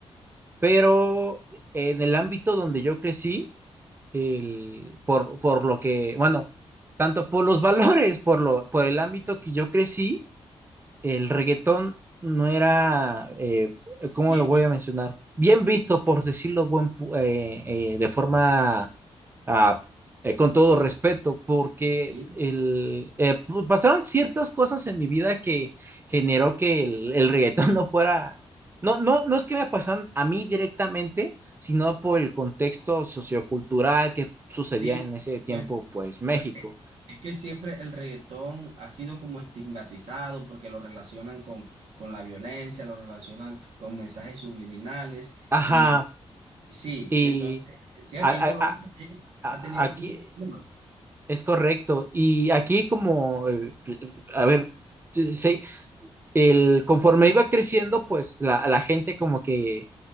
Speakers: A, on the right; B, on the right.
A: pero en el ámbito donde yo crecí. el, por, por lo que, bueno, tanto por los <laughs> valores, por lo, por el ámbito que yo crecí, el reggaetón no era, eh, ¿cómo
B: Bien,
A: lo voy
B: bien,
A: a mencionar? Bien visto, por decirlo buen pu- eh, eh, de forma ah, eh, con todo respeto, porque
B: bien.
A: el, eh, pues, pasaron ciertas cosas en mi vida que generó que el, el reggaetón <laughs> no fuera, no, no, no es que me pasaran a mí directamente, sino por el contexto sociocultural que sucedía
B: Sí,
A: en ese tiempo,
B: pues
A: pues México.
B: no, es es que siempre el reggaetón ha sido como estigmatizado porque lo relacionan con, con la violencia, lo relacionan con mensajes subliminales
A: Ajá,
B: y y sí,
A: y
B: y entonces, sí, aquí
A: a- a-
B: en Colombia
A: a-
B: también
A: a-
B: ha tenido
A: aquí
B: mucho problema.
A: es correcto. Y aquí como, eh, a ver, sí, el, conforme iba creciendo, pues la, la gente como que